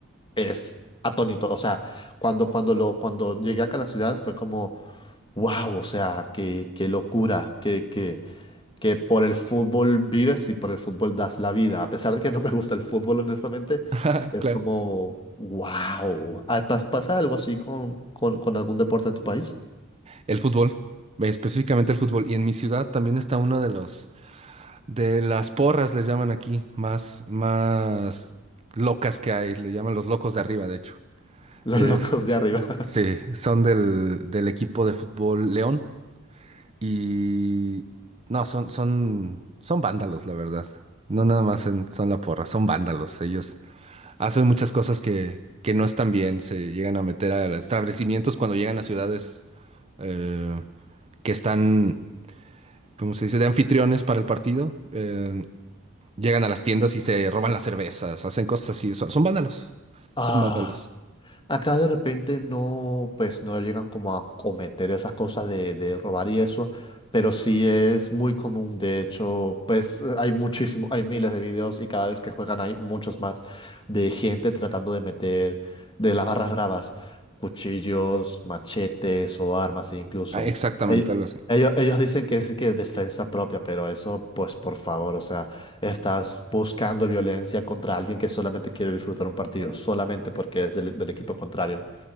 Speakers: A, on the left; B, on the right.
A: es atónito. O sea, cuando, cuando, lo, cuando llegué acá a la ciudad fue como, wow, o sea, qué, qué locura, qué qué que por el fútbol vives y por el fútbol das la vida. A pesar de que no me gusta el fútbol, honestamente,
B: <laughs>
A: es
B: Claro.
A: como, wow. ¿Pasa algo así con, con, con algún deporte en tu país?
B: El fútbol, específicamente el fútbol. Y en mi ciudad también está una de los, de las porras, les llaman aquí, más, más locas que hay, le llaman los locos de arriba, de hecho.
A: <laughs> Los
B: Es,
A: locos de arriba. <laughs>
B: sí, son del, del equipo de fútbol León. Y no, son, son, son vándalos, la verdad. No nada más en- son la porra, son vándalos. Ellos hacen muchas cosas que, que no están bien, se llegan a meter a establecimientos cuando llegan a ciudades. eh, que están, ¿cómo se dice?, de anfitriones para el partido. eh, llegan a las tiendas y se roban las cervezas, hacen cosas así. Son, son vándalos.
A: Ah.
B: Son vándalos.
A: Acá de repente no, pues no llegan como a cometer esas cosas de, de robar y eso, pero sí es muy común. De hecho, pues eh, hay muchísimo, hay miles de videos y cada vez que juegan hay muchos más de gente tratando de meter de las barras bravas, cuchillos, machetes o armas incluso.
B: Ah, exactamente,
A: Ell-
B: algo así.
A: Ellos, ellos dicen que sí que es defensa propia, pero eso, pues por favor, o sea. Estás buscando violencia contra alguien que solamente quiere disfrutar un partido, solamente porque es del, del equipo contrario.